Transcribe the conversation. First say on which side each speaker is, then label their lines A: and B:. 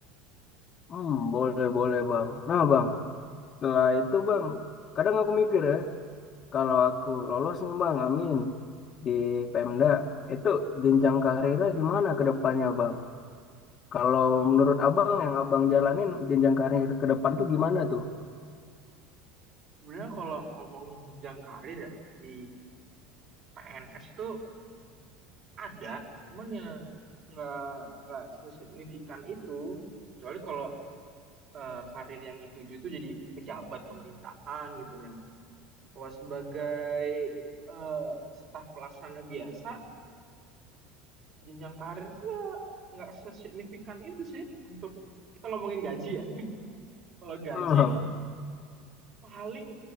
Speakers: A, on the left (about 35°); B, on the right (about 40°).
A: hmm, boleh boleh bang nah bang setelah itu bang kadang aku mikir ya kalau aku lolos nih bang amin di
B: Mm-mm.
A: Pemda itu jenjang karirnya gimana ke depannya bang kalau
B: Nah,
A: menurut abang yang abang jalanin jenjang karir ke depan tuh gimana tuh
B: sebenarnya kalau ngomongin jenjang karir ya di PNS itu ada, cuman ya nggak nggak sesignifikan itu. Kecuali kalau eh, karir yang dituju itu jadi pejabat pemerintahan gitu ya. Kalau sebagai eh, staf pelaksana biasa, jenjang karir itu ya nggak sesignifikan itu sih untuk kita ngomongin gaji ya. Kalau gaji
A: Hmm.
B: Paling